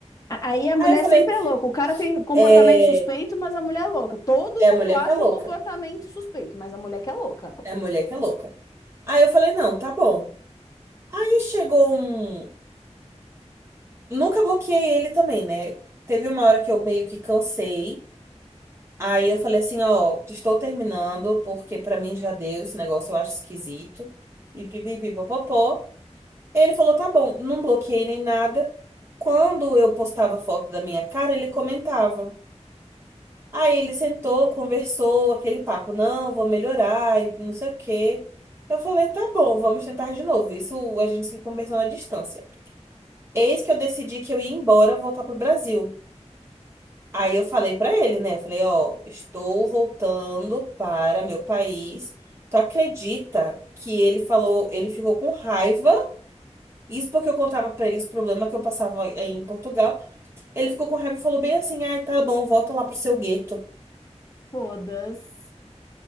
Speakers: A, on the left (about 30°); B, on the right (about 20°).
A: A- Aí a
B: Aí
A: mulher
B: eu falei,
A: sempre é louca. O cara tem comportamento
B: é,
A: suspeito, mas a mulher é louca. Todo
B: é
A: mundo
B: a mulher
A: acha
B: que é louca.
A: o comportamento suspeito, mas a mulher que é louca.
B: É a mulher que é louca. Aí eu falei, não, tá bom. Aí chegou um. Nunca bloqueei ele também, né? Teve uma hora que eu meio que cansei. Aí eu falei assim, ó, estou terminando, porque pra mim já deu esse negócio, eu acho esquisito. E pipipipopopó. Ele falou, tá bom, não bloqueei nem nada. Quando eu postava foto da minha cara, ele comentava. Aí ele sentou, conversou, aquele papo, não, vou melhorar e não sei o quê. Eu falei, tá bom, vamos tentar de novo. Isso a gente se conversou na distância. Eis que eu decidi que eu ia embora, voltar pro Brasil. Aí eu falei pra ele, né? Falei, ó, estou voltando para meu país. Tu acredita que ele falou, ele ficou com raiva Isso porque eu contava pra ele os problemas que eu passava aí em Portugal. Ele ficou com raiva e falou bem assim: ai, tá bom, volta lá pro seu gueto.
A: Todas.